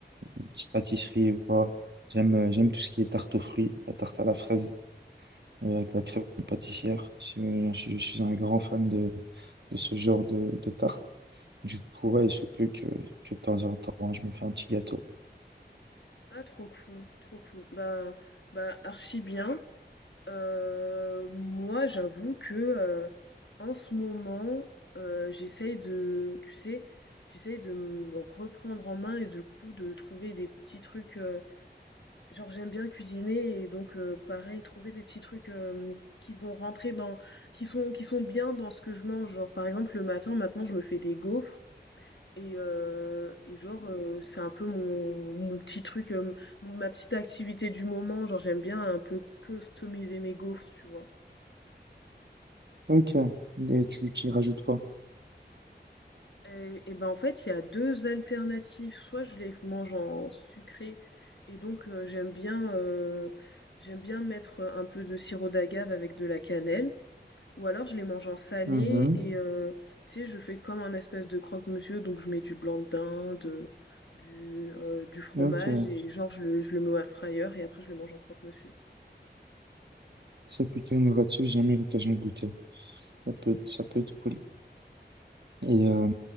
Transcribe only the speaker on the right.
une petite pâtisserie ou quoi. J'aime, euh, j'aime tout ce qui est tarte aux fruits, la tarte à la fraise euh, avec la crème pâtissière. Je, je suis un grand fan de, de ce genre de, de tarte. Du coup, ouais, il se peut que, que de temps en temps, je me fais un petit gâteau.
Ok. Et tu, tu y rajoutes quoi?
Mhm.
Ok.
C'est plutôt innovatif, j'ai jamais eu l'occasion de goûter. Ça peut être, ça peut être cool. Et euh,